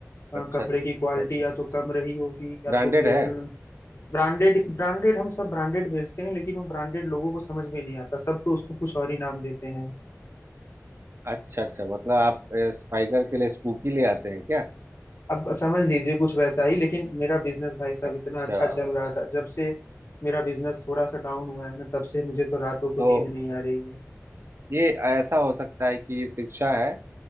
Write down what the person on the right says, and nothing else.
अच्छा
अच्छा
अच्छा
ब्रांडेड
है
अच्छा अच्छा मतलब आप स्पाइकर के लिए स्पूकी ले आते हैं क्या
अच्छा
तो
ये ऐसा हो सकता है कि ये शिक्षा है